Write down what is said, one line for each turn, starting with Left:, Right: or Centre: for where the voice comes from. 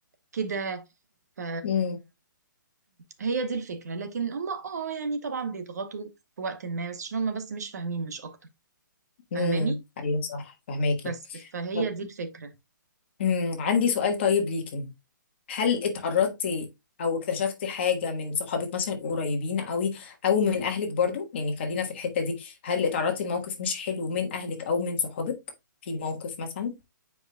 Right: كده ف
Left: امم
Right: هي دي الفكرة لكن هم اه يعني طبعا بيضغطوا في وقت ما بس عشان هم بس مش فاهمين مش اكتر
Left: امم
Right: فاهماني
Left: ايوه صح فهماكي
Right: بس فهي
Left: طب
Right: دي الفكرة
Left: امم عندي سؤال طيب ليكي هل اتعرضتي او اكتشفتي حاجة من صحابك مثلا القريبين قوي او من اهلك برضو يعني خلينا في الحتة دي هل اتعرضتي لموقف مش حلو من اهلك او من صحابك في موقف مثلا